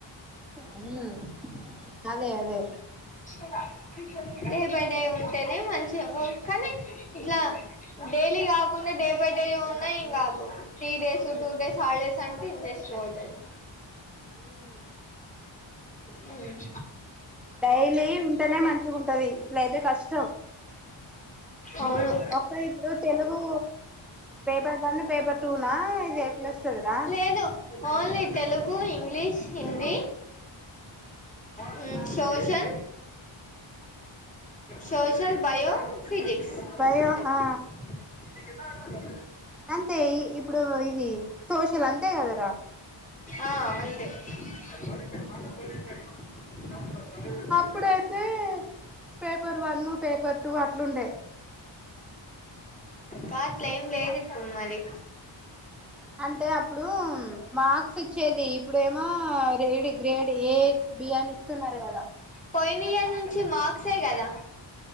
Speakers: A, in the centre; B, on the left.
A: హ్మ్మ్ అదే అదే
B: <unintelligible> డే బై డే ఉంటేనే మంచి ఓల్ కానీ ఇట్లా డైలీ కాకుండా డైలీ పర్ డే ఉన్న ఏం కాదు three days two days holidays అంటే ఇంట్రెస్ట్ పోతది
A: ఉమ్
B: హ్మ్మ్
A: వెళ్లి ఉంటేనే మంచిగా ఉంటది ఇట్లయితే కష్టం
B: అవును
A: ఒక్కలు ఇప్పుడు తెలుగు పేపర్ వన్ పేపర్ టూనా ఇది అట్లా వస్తదిరా.
B: లేదు ఓన్లీ తెలుగు ఇంగ్లీష్ హిందీ హ్మ్మ్
A: ఆ
B: social social bio physics
A: bio
B: అంతే
A: ఆ
B: ఇక ఎన్నా అన్నాడు
A: అంతే ఈ ఇప్పుడు ఇది సోషల్ అంతే కదరా
B: ఆ అంతే <unintelligible> నంబర్ <unintelligible>
A: ఇప్పుడైతే పేపర్ వన్ పేపర్ టూ అట్లుండే
B: కాట్ల ఏం లేదు ఇప్పుడు మరి
A: అంటే అప్పుడు మార్క్స్ ఇచ్చేది ఇప్పుడేమో రే గ్రేడ్ ఏ బి అని ఇస్తున్నారు కదా
B: పోయినియర్ నుంచి మార్క్సే కదా